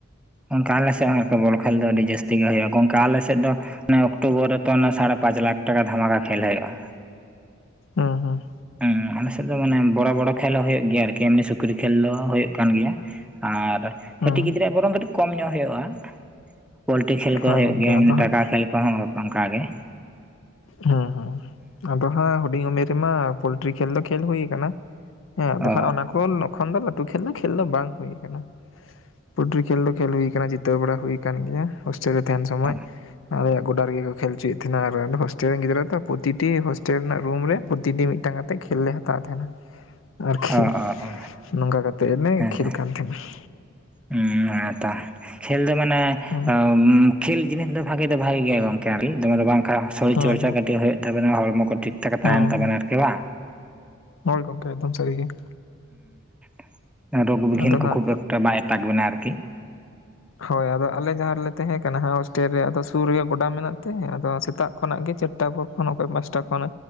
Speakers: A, in the centre; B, on the left (about 75°).
A: ᱚᱝᱠᱟ ᱟᱞᱮ ᱥᱮᱫ ᱦᱚᱸ ᱮᱠᱤ ᱵᱚᱞ ᱠᱷᱮᱞ ᱫᱚ ᱟᱹᱰᱤ ᱡᱟᱹᱥᱛᱤ ᱜᱮ ᱦᱳᱭᱳᱜᱼᱟ ᱜᱚᱝᱠᱟ ᱟᱞᱮ ᱥᱮᱫ ᱫᱚ ᱱᱮ ᱚᱠᱴᱳᱵᱚᱨ ᱨᱮᱛᱚ ᱚᱱᱮ ᱥᱟᱲᱮ ᱯᱟᱸᱪ ᱞᱟᱠᱷ ᱴᱟᱠᱟ ᱫᱷᱟᱢᱟᱠᱟ ᱠᱷᱮᱞ ᱦᱳᱭᱳᱜᱼᱟ ᱾
B: ᱩᱸ ᱦᱩᱸ
A: <inaudible> ᱟᱞᱮ ᱥᱮᱫ ᱫᱚ ᱢᱟᱱᱮ ᱵᱚᱲᱚ ᱵᱚᱲᱚ ᱠᱷᱮᱞ ᱦᱚᱸ ᱦᱳᱭᱳᱜ ᱜᱮᱭᱟ ᱟᱨᱠᱤ ᱮᱢᱱᱤ ᱥᱩᱠᱨᱤ ᱠᱷᱮᱞ ᱫᱚ ᱦᱳᱭᱳᱜ ᱠᱟᱱ ᱜᱮᱭᱟ ᱾ ᱟᱨ
B: ᱦᱮᱸ
A: ᱠᱟᱹᱴᱤᱡ ᱜᱤᱫᱽᱨᱟᱹ ᱟᱜ ᱵᱚᱨᱚᱝ ᱠᱟᱹᱴᱤᱡ ᱠᱚᱢ ᱧᱚᱜ ᱦᱳᱭᱳᱜᱼᱟ ᱾ᱯᱳᱞᱴᱤ ᱠᱷᱮᱞ
B: ᱦᱳᱭ
A: ᱠᱚ ᱦᱳᱭᱳᱜ
B: ᱜᱚᱝᱠᱮ
A: ᱜᱮᱭᱟ ᱮᱢᱱᱤ
B: ᱟᱫᱚ ᱦᱟᱸᱜ
A: ᱴᱟᱠᱟ ᱠᱷᱮᱞ ᱾ ᱠᱚᱦᱚᱸ ᱠᱚᱝᱜᱟ ᱜᱮ ᱾
B: ᱦᱩᱸ ᱦᱩᱸ, ᱟᱫᱚ ᱦᱟᱸᱜ ᱦᱩᱰᱤᱧ ᱩᱢᱮᱨ ᱨᱮᱢᱟ ᱯᱳᱞᱴᱨᱤ ᱠᱷᱮᱞ ᱫᱚ ᱠᱷᱮᱞ ᱦᱩᱭ ᱠᱟᱱᱟ ᱦᱮᱸ ᱟᱫᱚ
A: ᱚ
B: ᱦᱟᱸᱜ ᱚᱱᱟ ᱠᱚ ᱾ ᱠᱚᱞ ᱠᱷᱚᱱ ᱫᱚ ᱞᱟᱹᱴᱩ ᱠᱷᱮᱞ ᱫᱚ ᱠᱷᱮᱞ ᱫᱚ ᱵᱟᱝ ᱦᱩᱭ ᱠᱟᱱᱟ <unintelligible> ᱠᱷᱮᱞ ᱫᱚ ᱠᱷᱮᱞ ᱦᱩᱭ ᱠᱟᱱᱟ ᱡᱤᱛᱟᱹᱣ ᱵᱟᱲᱟ ᱦᱩᱭ ᱠᱟᱱ ᱜᱮᱭᱟ ᱦᱳᱥᱴᱮᱞ ᱨᱮ ᱛᱟᱦᱮᱱ ᱥᱚᱢᱚᱭ
A: ᱚ
B: ᱾ ᱟᱞᱮᱭᱟᱜ ᱜᱚᱰᱟ ᱨᱮ ᱜᱮᱠᱚ ᱠᱷᱮᱞ ᱪᱩᱭᱮᱜ ᱛᱷᱮᱱᱟ ᱟᱨ ᱾ ᱴᱮᱱ ᱨᱮᱱ ᱜᱤᱫᱽᱨᱟᱹ ᱫᱚ ᱯᱨᱚᱛᱤᱴᱤ ᱦᱳᱥᱴᱮᱞ ᱨᱮᱱᱟᱜ ᱨᱩᱢ ᱨᱮ ᱯᱨᱚᱛᱤᱴᱤ ᱢᱤᱫᱴᱟᱝ ᱠᱟᱛᱮᱫ ᱠᱷᱮᱞ ᱞᱮ ᱦᱟᱛᱟᱣ ᱛᱟᱦᱮᱱᱟ ᱾ ᱟᱨᱠᱤ
A: ᱚ ᱚ ᱚ
B: ᱱᱚᱝᱠᱟ ᱠᱟᱛᱮᱜ ᱱᱮ
A: ᱦᱮᱸᱛᱚ
B: ᱠᱷᱮᱞ ᱠᱟᱱ ᱛᱷᱮᱱᱟ ᱾
A: ᱦᱩᱸ ᱚ ᱛᱚ ᱠᱷᱮᱞ ᱫᱚ ᱢᱟᱱᱮ
B: ᱦᱮᱸ
A: <inaudible> ᱠᱷᱮᱞ ᱡᱤᱱᱤᱥ ᱫᱚ ᱵᱷᱟᱜᱮ ᱫᱚ ᱵᱷᱟᱜᱮ ᱜᱮᱭᱟ ᱜᱚᱝᱠᱮ ᱟᱨᱠᱤ ᱫᱚᱢᱮ ᱫᱚ ᱵᱟᱝ ᱾ ᱠᱟ ᱥᱚᱨᱤᱨ
B: ᱦᱮᱸ
A: ᱪᱚᱨᱪᱟ ᱠᱟᱹᱴᱤᱡ ᱦᱳᱭᱳᱜ ᱛᱟᱵᱤᱱᱟ ᱦᱚᱲᱢᱚ ᱠᱚ ᱴᱷᱤᱠ ᱴᱷᱟᱠ
B: ᱦᱮᱸ
A: ᱛᱟᱦᱮᱱ ᱛᱟᱵᱮᱱᱟ
B: ᱦᱮᱸ
A: ᱟᱨᱠᱤ ᱵᱟᱝ?
B: ᱦᱳᱭ ᱜᱚᱝᱠᱮ ᱮᱫᱚᱢ ᱥᱟᱹᱨᱤ ᱜᱤ ᱾
A: <inaudible> ᱟᱨᱚ <unintelligible>
B: ᱟᱫᱚ ᱦᱟᱸᱜ
A: ᱵᱟᱭ ᱴᱟᱠ ᱵᱮᱱᱟ ᱟᱨᱠᱤ ᱾
B: ᱦᱳᱭ ᱟᱫᱚ ᱟᱞᱮ ᱡᱟᱦᱟᱸ ᱨᱮᱞᱮ ᱛᱟᱦᱮᱸ ᱠᱟᱱᱟ ᱦᱳᱥᱴᱮᱞ ᱨᱮ ᱟᱫᱚ ᱥᱩᱨ ᱨᱮᱜᱮ ᱜᱚᱰᱟ ᱢᱮᱱᱟᱜ ᱛᱮ ᱟᱫᱚ ᱥᱮᱛᱟᱜ ᱠᱷᱚᱱᱟᱜ ᱜᱮ ᱪᱟᱴᱴᱟ ᱯᱚᱨ <unintelligible> ᱯᱟᱥᱴᱟ ᱠᱷᱚᱱ